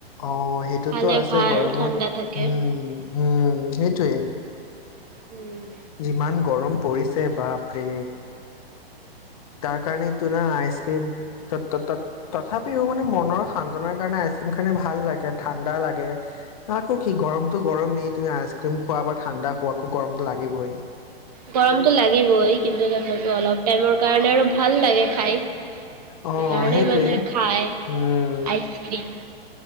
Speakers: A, on the left; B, on the right.
A: অহ সেইটোতো
B: খালে
A: আছে
B: ভাল
A: গৰমত
B: ঠাণ্ডা থাকে।
A: উম হম সেইটোৱে
B: উম
A: যিমান গৰম পৰিছে বাপ ৰে তাৰ কাৰণে ত না আইচক্ৰীম ত ত ত তথাপিও মানে মনৰ সান্তনাৰ কাৰণে আইচক্ৰীম খালে ভাল লাগে ঠাণ্ডা লাগে আকৌ কি গৰমটো গৰমেই তুমি আইচক্ৰীম খোৱা বা ঠাণ্ডা খোৱা আকৌ গৰমটো লাগিবই
B: গৰমটো লাগিবই কিন্তু তথাপিও অলপ টাইমৰ কাৰণে আৰু ভাল লাগে খায়।
A: অ
B: সেইকাৰণে
A: সেইটোৱে
B: মানে খায়
A: উম
B: আইচক্ৰীম।